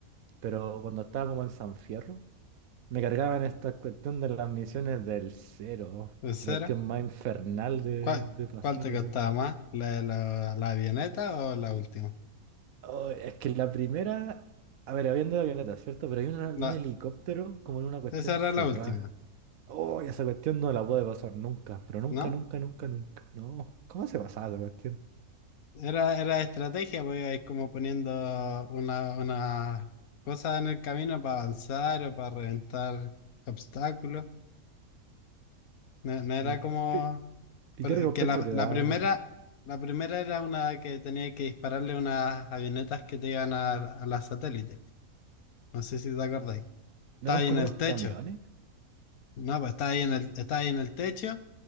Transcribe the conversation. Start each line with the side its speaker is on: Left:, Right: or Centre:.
Right: Pero cuando estaba como en San Fierro, Me cargaban esta cuestión de las misiones del cero.
Left: ¿En serio?
Right: Qué cuestión más infernal de,
Left: ¿Cuál,
Right: de pasar
Left: cuál te
Right: así.
Left: costaba más? ¿La, de la, la avioneta o la última?
Right: Oh, es que la primera. A ver, habiendo de avioneta, ¿cierto? Pero hay una de
Left: La,
Right: un helicóptero como en una cuestión
Left: esa era
Right: cerrada.
Left: la última,
Right: Oh, y esa cuestión no la puede pasar nunca. Pero nunca,
Left: ¿no?
Right: nunca, nunca, nunca. No. ¿Cómo se pasaba esa cuestión?
Left: Era, era estrategia, pues ibais como poniendo una, una cosa en el camino para avanzar o para reventar obstáculos. No, no era
Right: ¿Y
Left: como
Right: qué, y
Left: Porque
Right: qué recompensa
Left: que la,
Right: te
Left: la
Right: daban
Left: primera,
Right: así?
Left: la primera era una que tenía que dispararle unas avionetas que te iban a, a las satélites. No sé si te acordáis. Estaba
Right: ¿No eran
Left: ahí
Right: como
Left: en el
Right: unos
Left: techo.
Right: camiones?
Left: No, pues estaba ahí en el, estaba ahí en el techo